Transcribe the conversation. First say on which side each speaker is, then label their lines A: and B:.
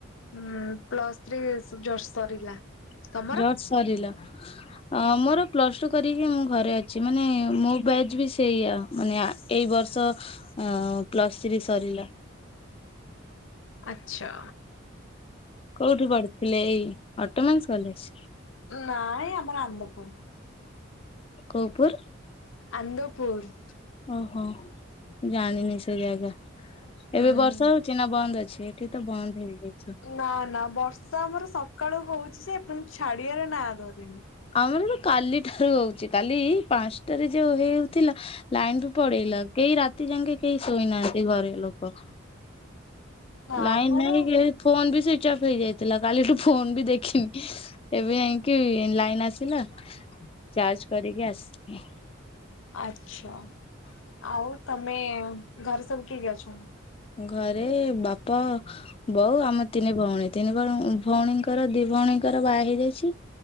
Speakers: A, on the left (about 70°); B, on the left (about 25°).
A: ହୁଁ ପ୍ଲସ୍ ଥିର୍ ଜଷ୍ଟ ସରିଲା। ତମର?
B: ଜୋର୍ ସରିଲା। ହଁ ମୋର ପ୍ଲସ୍ ଟୁ କରିକି ମୁଁ ଘରେ ଅଛି ମାନେ ମୋ ବ୍ୟାଚ୍ ବି ସେଇ ଆ। ମାନେ ଏଇ ବର୍ଷ ପ୍ଲସ୍ ଥ୍ରୀ ସରିଲା।
A: ଆଛା।
B: କୋଉଠି ପଢିଥିଲେ ଏଇ ଅଟୋମସ୍ କଲେଜ।
A: ନାଇଁ ଆମର ଆନ୍ଦପୁର୍।
B: କୋ ଉ ପୁୁର୍।
A: ଅନ୍ଦପୁୁର୍।
B: ଓହୋ ଜାଣିନି ସେ ଜାଗା
A: ହୁଁ।
B: ଏବେ ବର୍ଷା ହୋଉ ଚିନା ବନ୍ଦ ଅଛି ଏଠି ତ ବନ୍ଦ ହେଇଯାଇଛି।
A: ନା ନା ବର୍ଷା ଆମର ସକାଳୁ ହୋଉଚି ଯେ ଏପର୍ଯ୍ୟନ୍ତ ଛାଡିବାର ନା ଧରୁନି।
B: ଆମରର କାଲି ଠାରୁ ହୋଉଚି। କାଲି ପାଞ୍ଚଟାରେ ଯୋଉ ହେଉଥିଲା। ଲାଇନ୍ ବି ପଳେଇଲା କେହି ରାତି ଯାକେ କେହି ଶୋଇନାହାନ୍ତି ଘରେ ଲୋକ। ଲାଇନ୍
A: ଆମର
B: ନାହିଁବେଲି ଫୋନ ବି ସୁଇଜ୍ ଅଫ୍ ହେଇଯାଇଥିଲା। କାଲିଠୁ ଫୋନ ବି ଦେଖିନି। ଏବେ ଯାଇକି ଲାଇନ୍ ଆସିଲା ଚାର୍ଜ କରିକି ଆସିବି।
A: ଆଚ୍ଛା ଆଉ ତମେ ଘରେ ସବୁ କିଏ କିଏ ଅଛନ୍ତି?
B: ଘରେ ବାପା ବୋଉ ଆମ ତିନି ଭଉଣୀ ତିନି ଭ ଭଉଣୀଙ୍କର ଦି ଭଉଣୀଙ୍କର ବାହା ହେଇଯାଇଛି।